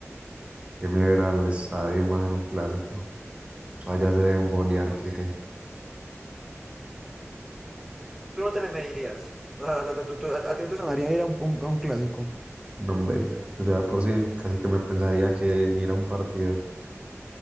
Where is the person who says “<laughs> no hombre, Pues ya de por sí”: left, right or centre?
Right